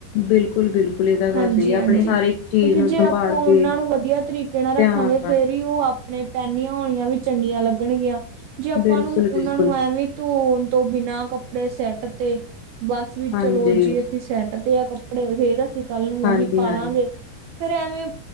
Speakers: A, on the left (about 80°); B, on the right (about 75°).
A: ਬਿਲਕੁਲ-ਬਿਲਕੁਲ ਇਹ ਤਾਂ ਗੱਲ
B: ਹਾਂਜੀ-ਹਾਂਜੀ।
A: ਸਹੀ ਹੈ। ਆਪਣੇ ਹਰ
B: ਕਿਉਂਕਿ
A: ਇੱਕ ਚੀਜ਼ ਨੂੰ
B: ਜੇ
A: ਸੰਭਾਲ
B: ਆਪਾਂ ਉਹਨਾਂ
A: ਕੇ
B: ਨੂੰ ਵਧੀਆ ਤਰੀਕੇ ਨਾਲ ਰੱਖਾਂਗੇ,
A: ਧਿਆਨ
B: ਫੇਰ
A: ਨਾਲ
B: ਹੀ ਉਹ ਆਪਣੇ ਪਹਿਨੀਆਂ ਹੋਇਆਂ ਵੀ ਚੰਗੀਆਂ ਲੱਗਣਗੀਆਂ। ਜੇ ਆਪਾਂ
A: ਬਿਲਕੁਲ,
B: ਨੂੰ ਉਹਨਾਂ
A: ਬਿਲਕੁਲ
B: ਨੂੰ ਐਵੇਂ ਧੋਣ ਤੋਂ ਬਿਨਾਂ ਕੱਪੜੇ ਸੈੱਟ ਤੇ, ਬਸ ਵੀ
A: ਹਾਂਜੀ,
B: ਚਲੋ ਜੀ ਸੈੱਟ ਤੇ ਆ ਕੱਪੜੇ ਫੇਰ ਅਸੀਂ ਕੱਲ ਨੂੰ
A: ਹਾਂਜੀ,
B: ਉਹੀ ਪਾਾਲਾਂਗੇ।
A: ਹਾਂਜੀ।
B: ਫੇਰ ਐਵੇਂ